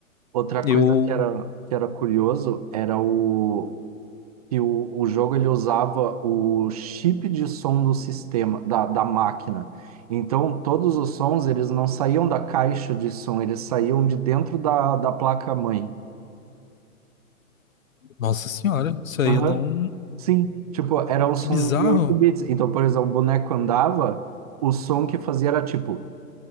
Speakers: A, on the right; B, on the left.
A: Outra coisa
B: Eu.
A: que era, que era curioso era o que o, o jogo ele usava o chip de som do sistema, da, da máquina. Então, todos os sons eles não saíam da caixa de som, eles saíam de dentro da, da placa-mãe.
B: Nossa senhora, isso aí
A: Aham.
B: eu não.
A: Sim, tipo, era um som
B: Que bizarro.
A: de 8 bits. Então, por exemplo, o boneco andava, o som que fazia era tipo,